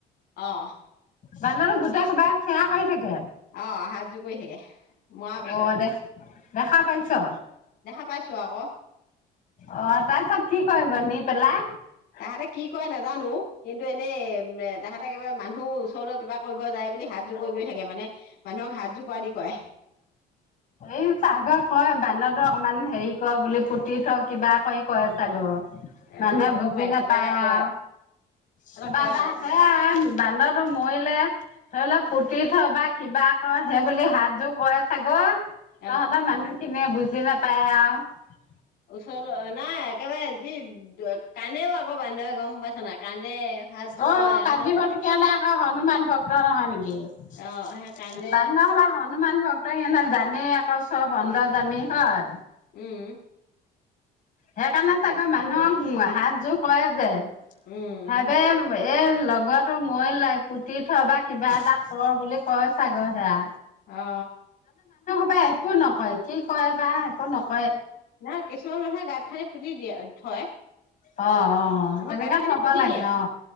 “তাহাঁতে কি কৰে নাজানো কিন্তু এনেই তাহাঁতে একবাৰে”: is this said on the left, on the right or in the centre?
Left